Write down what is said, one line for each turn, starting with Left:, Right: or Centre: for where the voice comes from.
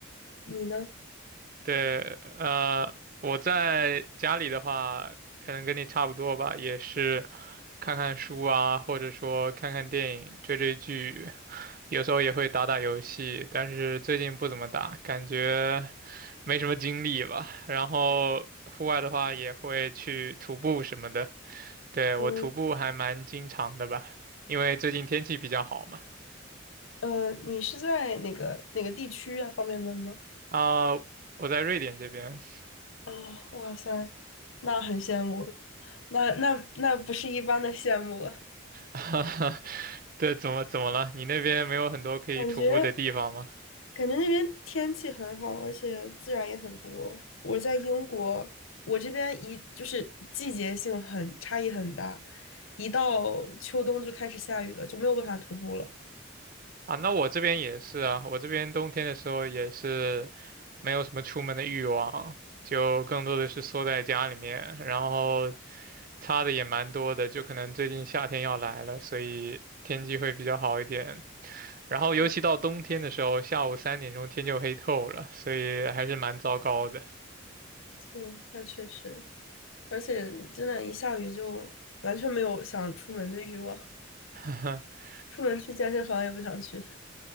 Left: 你呢？
Right: 对，呃，我在家里的话，可能跟你差不多吧，也是看看书啊，或者说看看电影、追追剧，有时候也会打打游戏，但是最近不怎么打，感觉没什么精力吧。然后户外的话也会去徒步什么的。对，我徒步还蛮经常的吧，
Left: 嗯。
Right: 因为最近天气比较好嘛。
Left: 呃，你是在哪个哪个地区啊？方便问吗？
Right: 啊、我在瑞典这边。
Left: 哦，哇塞，那很羡慕了那那那不是一般的羡慕了。
Right: <laughs> 对，怎么怎么了？你那边没有很多可以徒步的地方吗？
Left: 感觉感觉那边天气很好，而且自然也很多。我在英国，我这边一就是季节性很差异很大，一到秋冬就开始下雨了，就没有办法徒步了。
Right: 啊，那我这边也是啊，我这边冬天的时候也是没有什么出门的欲望，就更多的是缩在家里面，然后差的也蛮多的，就可能最近夏天要来了，所以天气会比较好一点，然后尤其到冬天的时候，
Left: 嗯，
Right: 下午三点钟天就黑透了，所以还是蛮糟糕的。
Left: 对，那确实，而且真的，一下雨就完全没有想出门的欲望。
Right: <laughs>
Left: 出门去健身房也不想去，